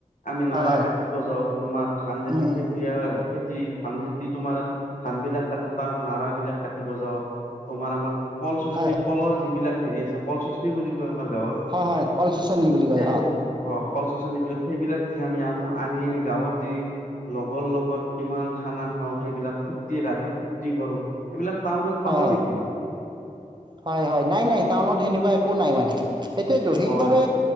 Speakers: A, on the left; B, on the right.
A: আমি
B: হয়
A: নাৰা
B: হয়
A: কাটিব যাওঁ তোমাৰ ধান যেতি
B: উম উম
A: খেতি হয় খেতি ধান খেতি তোমাৰ ধান বিলাক কাটে তাৰ নাৰা বিলাক কাটে যাওঁ তোমাৰ আমাৰ কল শচনি
B: হয় হয়
A: কলৰ যিবিলাক হেৰি আছে কল শচনি বুলি কয় আমাৰ গাঁৱত
B: হয় হয় কল চোচনি বুলি কয়
A: সেই
B: হয়।
A: অ কল চচনি বিলাক সেইবিলাক যি আমি আনো আনি আনি গাঁৱত যি লগৰ লগত কিমান খানা খাওঁ সেইবিলাক ফূৰ্তি ৰাতি ফুৰ্তি কৰোঁ, এইবিলাক টাউনত
B: হয়
A: পাব
B: হয়
A: নেকি?
B: হয় হয় নাই নাই টাউনত সেনেকুৱা একো নাই মানে সেইটোয়েতো সেইবাবে
A: হয়